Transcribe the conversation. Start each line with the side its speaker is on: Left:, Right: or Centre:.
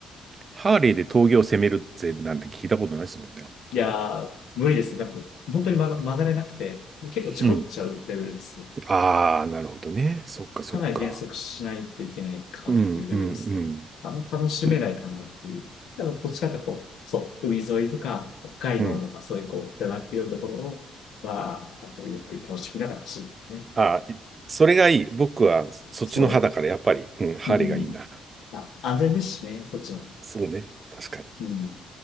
Right: ハーレーで峠を攻めるぜなんて聞いたことないですもんね。
Left: いやー、無理ですね。なんか、本当に曲が、曲がれなくて、結構事故っちゃうレベルですね。
Right: うん。ああ、なるほどね。そっかそっか。
Left: かなり減速しないといけないかっていうレベルですね。
Right: うんうんうん。
Left: あの楽しめないかなっていう。
Right: と、
Left: でも、どっちかっていうとこう、そう、海沿いとか、北海道とか、
Right: うん。
Left: そういうこう、だなっていうところを、まあ、あと、ゆっくり楽しみながら走るね。
Right: あー、いそれがいい。僕はそっちの派だからやっぱり、
Left: そ
Right: うん、ハーレーがいいな。
Left: う。うん。まあ、安全ですしね、そっちの。
Right: そうね。確かに。
Left: うん。